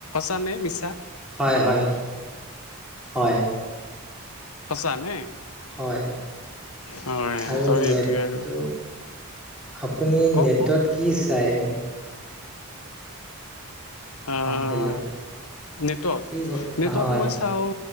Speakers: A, on the left; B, in the centre.
A: স নে ছ
B: হয় হয় হয়
A: সঁচা নে
B: হয়
A: হয়
B: আৰু
A: ত' সেইটোৱে
B: নেটটো
A: আৰু
B: আপুনি
A: কওক
B: নেটত
A: কওক
B: কি চাই
A: আহ
B: অ হেল্ল'
A: নেটত
B: কি
A: নেটত
B: হয়
A: মই চাওঁ